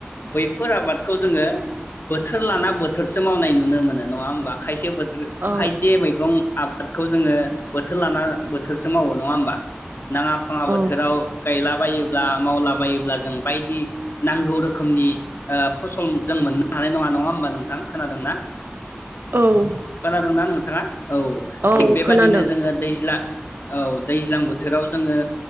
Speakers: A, on the left; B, on the right.
A: बैफोर आबादखौ जोङो बोथोर लाना बोथोरसो मावनाय नुनो मोनो नङा होमबा खायसे बोथोर
B: औ
A: खायसे मैगं बादखौ जोङो बोथोर लाना बोथोरसो मावो नङा होमबा नाङा फाङा
B: औ
A: बोथोराव गायलाबायोब्ला मावलाबायोब्ला जों बायदि नांगौ रोखोमनि ओ फसल जों मोननो हानाय नङा नङा होमबा नोंथां खोनादोंना
B: औ
A: खोनादोंना नों थाङा औ
B: औ
A: थिग बेबादिनो
B: खोनादों
A: जोङो दैज्ला औ दैज्लां बोथोराव जोङो